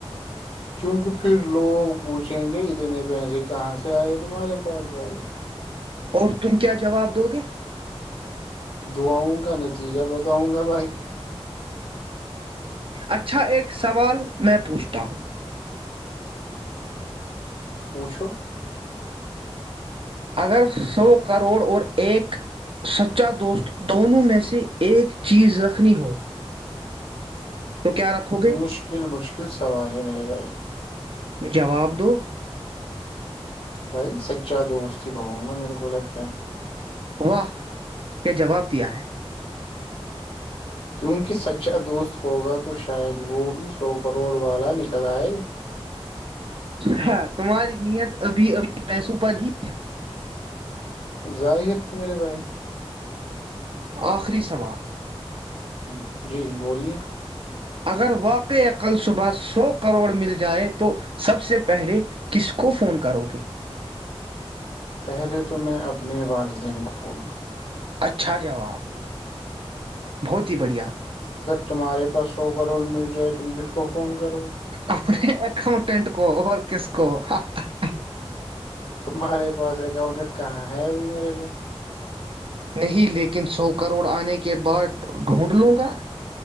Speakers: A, on the left; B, on the right.
A: کیونکہ پھر لوگ پوچھیں گے اتنے پیسے کہاں سے آئے تمہارے پاس بھائی
B: اور تم کیا جواب دو گے
A: دعاؤں کا نتیجہ بتاؤں گا بھائی
B: اچھا ایک سوال میں پوچھتا ہوں
A: پوچو
B: اگر سو کروڑ اور ایک سچا دوست دونوں میں سے ایک چیز رکھنی ہو تو کیا رکھو گے
A: مشکل مشکل سوال ہے میرے بھائی
B: جواب دو
A: بھائی سچا دوست ہی پکوں گا میرے کو لگتا ہے
B: واہ یہ جواب دیا ہے
A: کیونکہ سچا دوست ہوگا تو شاید وہ بھی سو کروڑ والا نکل آئے
B: ہاں تمہاری نیت ابھی ابھی پیسوں پر ہی ہے
A: ظاہر ہے میرے بھائی
B: آخری سوال
A: ہ جی بولیے
B: اگر واقع عقل صبح سو کروڑ مل جائے تو سب سے پہلے کس کو فون کرو گے
A: پہلے تو میں اپنے والدین کو فون کروں
B: اچھا جواب بہت ہی بڑھیا
A: تمہارےاس سو کروڑ مل جائے تم کس کو فون کرو گے؟
B: اپنے اکاؤنٹینٹ کو اور کس کو ہا ہا ہا
A: تمہارے پاس اکاؤنٹنٹ کہاں ہے ابھی میرے بھائی
B: نہیں لیکن سو کروڑ آنے کے بعد ڈھونڈ لوں گا